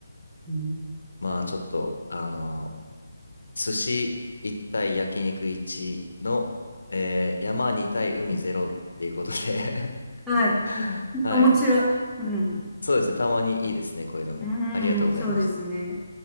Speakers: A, in the centre; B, on the left.
A: うん。
B: まあ、ちょっと、あの、寿司1対焼肉1の、えー山2対海0っていうことで
A: <laughs> はい。
B: <laughs> はい。
A: 面白い。うん。
B: そうですね、たまにいいですね、こういうのも。
A: うん。
B: ありがとうございました。
A: そうですね。